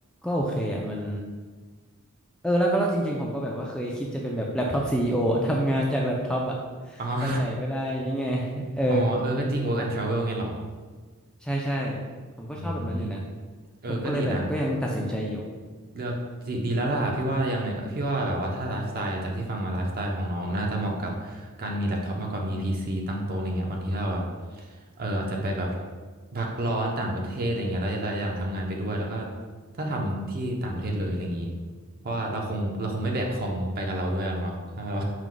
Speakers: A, in the centre; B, on the right.
A: ก็โอเคอ่ะมันเออแล้วก็แล้วจริงๆผมก็แบบว่าเคยคิดจะเป็นแบบแล็ปท็อปซีอีโอ <laughs> ทำงานจากแล็ปท็อปอ่ะ
B: อ๋อ <laughs>
A: ไปไหนก็ได้ยังไงเออ
B: อ๋อเออก็จริง work and travel ไงเหรอ
A: ใช่ใช่ผมก็ชอบแบบนั้นอยู่นะ
B: อืมเออก็ดีนะ
A: ผมก็เลยแบบก็ยังตัดสินใจอยู่
B: เลือกดีดีแล้วล่ะพี่ว่ายังไงพี่ว่าแบบว่าถ้าไลฟ์สไตล์จากที่ฟังมาไลฟ์สไตล์ของน้องน่าจะเหมาะกับการมีแล็ปท็อปมากกว่ามีพีซีตั้งโต๊ะอะไรเงี้ยบางทีถ้าเราแบบเอออาจจะไปแบบพักร้อนต่างประเทศอะไรเงี้ยแล้วเราอยากทำงานไปด้วยแล้วก็ถ้าทำที่ต่างประเทศเลยอะไรอย่างนี้เพราะว่าเราคงเราคงไม่แบกคอมไปกับเราด้วยหรอกเนาะถ้าเรา